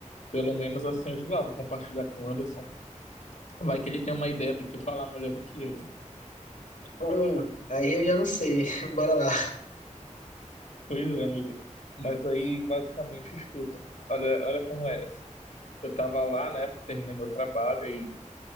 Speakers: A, on the left (about 65°); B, on the left (about 80°).
A: pelo menos assim eu digo, ah, vou compartilhar com o Anderson. Vai que ele tem uma ideia do que falar melhor do que eu.
B: Hum, aí eu já não sei. <laughs> Bora lá.
A: Pois é, amigo. Mas aí, basicamente, escuta. Olha, olha como é essa. Eu tava lá, né? Terminei meu trabalho aí